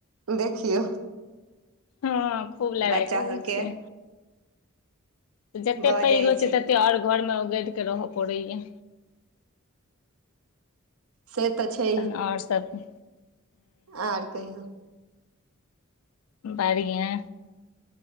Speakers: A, on the right; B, on the left.
A: देखियौ।
B: हँ खूब लड़ाई
A: बच्चा
B: करै
A: सबके
B: छियै जते
A: भऽ
B: पैघ
A: जाइ
B: हो छै तते और घर मे उगड़ के रहय पड़ैया
A: से त छै
B: तहन ओर सभ
A: आर कहियौ।
B: बढ़िआ